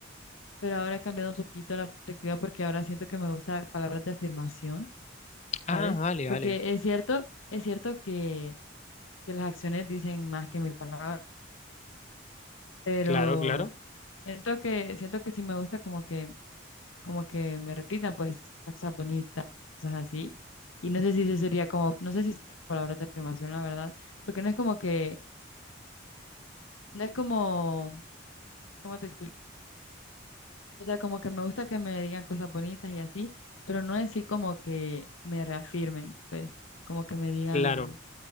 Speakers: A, on the left; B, on the left.
A: Pero ahora he cambiado un poquito la perspectiva porque ahora siento que me gusta palabras de afirmación, ¿sabes?
B: Ah, vale,
A: Porque
B: vale.
A: es cierto, es cierto que, que las acciones dicen más que mil palabras, pero
B: Claro, claro,
A: siento que, siento que sí me gusta como que, como que me repitan pues cosas bonitas, cosas así. Y no sé si eso sería como, no sé si sería palabras de afirmación, la verdad, porque no es como que, no es como, ¿cómo te explico? O sea, como que me gusta que me digan cosas bonitas y así, pero no en sí como que me reafirmen, pues, como que me digan,
B: claro,